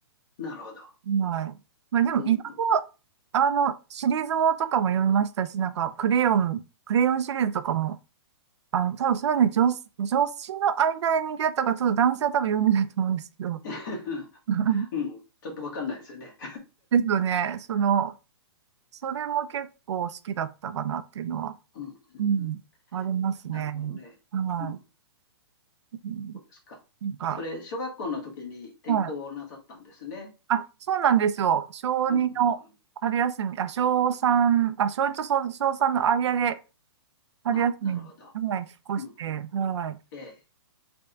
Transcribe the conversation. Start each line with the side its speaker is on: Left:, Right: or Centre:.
Left: なるほど。
Right: はい。まあでも、
Left: うん、
Right: いろいろ、
Left: うん。
Right: あの、シリーズものとかも読みましたし、なんか、クレヨン、クレヨンシリーズとかも、あの、多分それはね、女子、女子の間で人気だったから、ちょっと男性は多分読んでないと思うんですけど。
Left: <laughs>
Right: <laughs>
Left: うん、ちょっとわかんないですよね。
Right: ですよね。その、それも結構好きだったかなっていうのは、
Left: うん、うんうん
Right: うん、ありますね。
Left: なるほどね。
Right: は
Left: うん、
Right: い。うん
Left: そうですか。
Right: なんか、
Left: それ、小学校の時に転校なさったんですね。
Right: はい。あ、そうなんですよ。小2の春休み、
Left: うん、うん、うん。
Right: あ、小三あ、小一と小小3の間で、春休みに、
Left: あ、なるほど。
Right: はい、引っ越して、
Left: うん。
Right: はい。
Left: ええ、